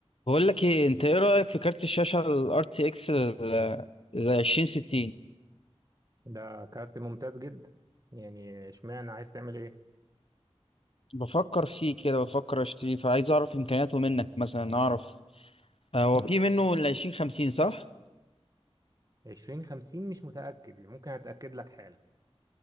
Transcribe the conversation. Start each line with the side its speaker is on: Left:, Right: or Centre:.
Left: بقول لك ايه انت ايه رأيك في كارت الشاشة ال RTX ال ال 2060
Right: ده كارت ممتاز جدا يعني اشمعنى عايز تعمل ايه
Left: بفكر فيه كده بفكر اشتريه فعايز اعرف امكانياته منك مثلا اعرف آه، هو في منه ال 2050 صح
Right: عشرين خمسين مش متأكد يعني ممكن اتأكد لك حالا